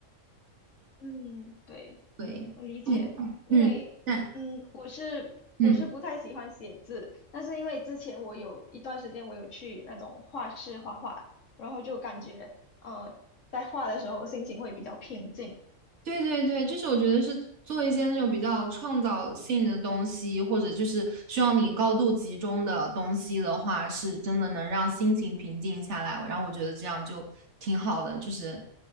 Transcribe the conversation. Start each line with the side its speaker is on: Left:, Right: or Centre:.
Left: 嗯，对，
Right: 对，
Left: 我理解，
Right: 你
Left: 因为嗯，
Right: 嗯，但
Left: 我是我是不太喜欢写字，
Right: 嗯。
Left: 但是因为之前我有一段时间我有去那种画室画画，然后就感觉呃，在画的时候心情会比较平静。
Right: 对对对，就是我觉得是做一些那种比较创造性的东西，或者就是需要你高度集中的东西的话，是真的能让心情平静下来。然后我觉得这样就挺好的，就是